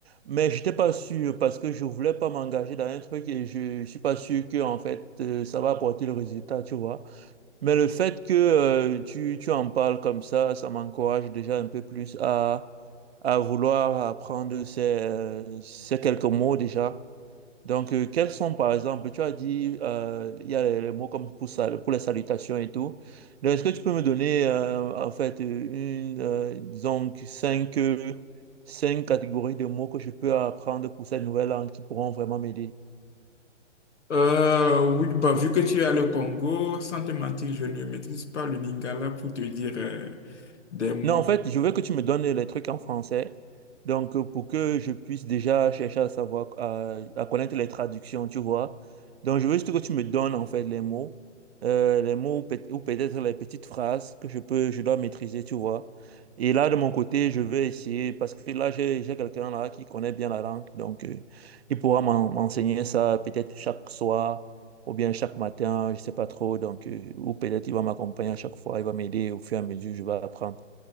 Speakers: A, on the right; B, on the left.
A: mais j'étais pas sûr parce que je voulais pas m'engager dans un truc et je, je suis pas sûr que en fait euh, ça va apporter le résultat, tu vois. Mais le fait que euh, tu, tu en parles comme ça, ça m'encourage déjà un peu plus à, à vouloir apprendre ces, euh, ces quelques mots déjà donc, euh, quels sont, par exemple, tu as dit, euh, il y a les, les mots comme pour, sal- pour les salutations et tout. Donc, Est-ce que tu peux me donner, euh, en fait, euh, une, euh, disons, que cinq, euh, cinq catégories de mots que je peux apprendre pour cette nouvelle langue qui pourront vraiment m'aider?
B: Euh, oui, bah, vu que tu es le Congo, sans te mentir, je ne maîtrise pas le Lingala pour te dire euh, des mots.
A: Non, en fait, je veux que tu me donnes les trucs en français. Donc, euh, pour que je puisse déjà chercher à savoir, à, à connaître les traductions, tu vois. Donc, je veux juste que tu me donnes, en fait, les mots, euh, les mots ou peut- ou peut-être les petites phrases que je peux, je dois maîtriser, tu vois. Et là, de mon côté, je vais essayer, parce que là, j'ai, j'ai quelqu'un là qui connaît bien la langue. Donc, euh, il pourra m'en- m'enseigner ça peut-être chaque soir ou bien chaque matin, je sais pas trop. Donc, euh, ou peut-être il va m'accompagner à chaque fois, il va m'aider au fur et à mesure, je vais apprendre.